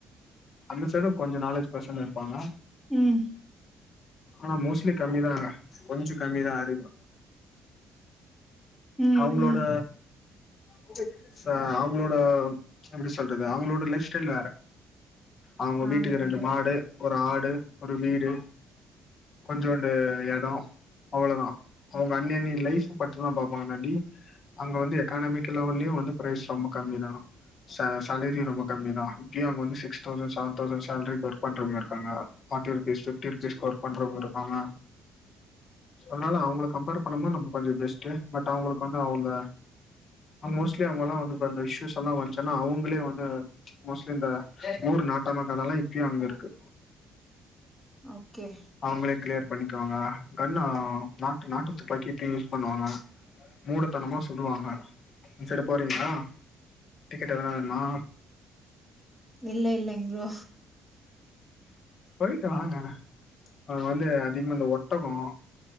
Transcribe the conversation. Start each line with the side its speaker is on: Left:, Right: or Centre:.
Left: அந்த சைட கொஞ்சம் நாலேஜ் பேர்சென் இருப்பாங்க
Centre: ம்
Left: ஆனா மோஸ்ட்லி கம்மிதான் கொஞ்சோ கம்மிதான் அறிவு
Centre: ம்,
Left: அவங்களோட
Centre: ம்.
Left: <unintelligible> அவங்களோட இப்ப எப்டி சொல்றது அவங்களோட லைப் ஸ்டைல் வேற அவங்க
Centre: ஆமாங்க
Left: வீட்டுக்கு ரெண்டு
Centre: ப்ரோ.
Left: மாடு ஒரு ஆடு ஒரு வீடு கொஞ்சோண்டு எடம் அவ்ளோதா அவுங்க அன்னி அன்னி லைஃப் மட்டும்தா பாப்பாங்கலாடி அங்க வந்து எக்கானமிக் லெவல்யே வந்து பிரைஸ் ரொம்ப கம்மி தா சே சேலரி ரொம்ப கம்மி தா இப்பயும் அங்க வந்து சிக்ஸ் தௌசண்ட் செவன் தௌசண்ட் சேலரிக்கு ஒர்க் பண்றவங்க இருக்காங்க forty rupees fifty rupees work பண்றவங்க இருப்பாங்க அதனால அவுங்கள கம்பேர் பண்ணுபோது நம்ம கொஞ்சோ பெஸ்ட்டு பட் அவுங்களுக்கு வந்து அவுங்க மோஸ்ட்லி அவுங்கல்லா வந்து இப்ப இசுஸ் எல்லாம் வந்துச்சின்னா அவுங்ளே வந்து மோஸ்ட்லி இந்த ஊரு நாட்டம அதெல்லாம் இப்பயு அங்க இருக்கு
Centre: ஓகே
Left: அவுங்ளே கிளியர் பண்ணிக்குவாங்க கன்னு நாட்டு நாட்டுத்துப்பாக்கி இப்பயு யூஸ் பண்ணுவாங்க மூடத்தனமா சொல்லுவாங்க அந்த சைடு போறீங்களா டிக்கெட் ஏதாவது வேணுமா
Centre: இல்ல இல்லங் ஃப்ரோ
Left: போயிட்டு வாங்க அங்க வந்து அதிகமா இந்த ஒட்டகம்